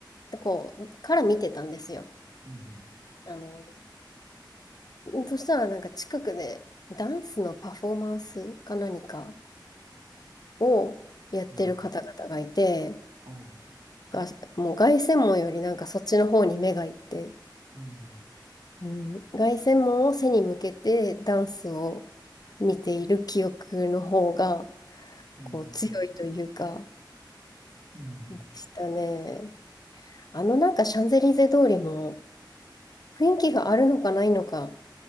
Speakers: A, on the left; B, on the right.
A: こう、から見てたんですよ。
B: うん、
A: あの、そしたらなんか近くでダンスのパフォーマンスか何かをやってる方々がいて、
B: うん、はい、
A: が、もう凱旋門よりなんかそっちの方に目がいって、
B: うん、
A: うん、凱旋門を背に向けてダンスを見ている記憶の方が
B: うん、
A: こう強いというか
B: うん、
A: でしたね。あのなんかシャンゼリゼ通りも雰囲気があるのかないのかっ